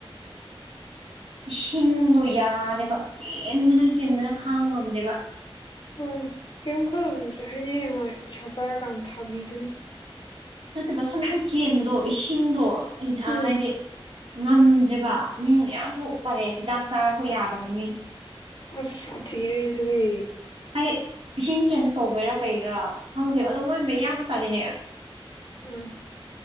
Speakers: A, on the right (about 75°); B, on the left (about 55°).
A: ꯏꯁꯤꯡꯗꯣ ꯌꯥꯔꯦꯕ ꯀꯦꯟꯕꯅ ꯀꯦꯟꯕꯅ ꯈꯥꯡꯕ ꯉꯝꯗꯦꯕ
B: ꯍꯣꯏ ꯀꯩꯝ ꯈꯜꯂꯨꯅꯨꯁꯦ ꯑꯩꯅ ꯍꯌꯦꯡꯌꯥꯏ ꯄꯩꯁꯥ ꯄꯥꯏꯔꯀꯥꯟꯗ ꯊꯥꯕꯤꯗꯣꯏꯅꯤ
A: ꯅꯠꯇꯕ ꯁꯝ ꯌꯥꯝ ꯀꯦꯟꯕꯗꯣ ꯏꯁꯤꯡꯗꯣ ꯍꯥꯏꯗꯤ
B: ꯎꯝ
A: ꯉꯝꯗ꯭ꯔꯤꯕ ꯃꯤ ꯃꯌꯥꯝꯁꯨ ꯎꯞꯥꯏ ꯍꯤꯗꯥꯛ ꯆꯥꯔꯛꯄ ꯌꯥꯗꯕꯅꯤ ꯃꯤ
B: ꯑ ꯁꯥ ꯊꯤꯌꯦ ꯑꯗꯨꯗꯤ
A: ꯍꯥꯏꯗꯤ ꯏꯁꯤꯡ ꯆꯦꯟꯖ ꯇꯧꯕꯩꯔꯥ ꯀꯩꯔꯥ ꯈꯪꯗꯦꯕ ꯑꯗꯣ ꯃꯣꯏ ꯃ ꯌꯥꯝ ꯆꯥꯗꯅꯦ
B: ꯎꯝ